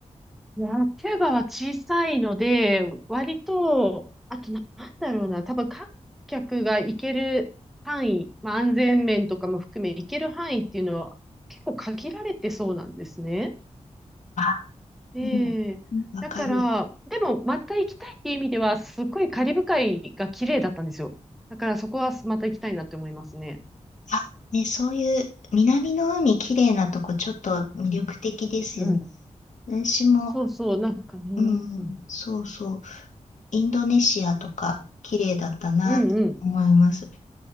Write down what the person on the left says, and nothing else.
あ、
でも、うんわかる。
あ、ね、そういう南の海きれいなとこちょっと魅力的ですよね。
私も、
うん、
そうそう、インドネシアとか綺麗だったなと思います。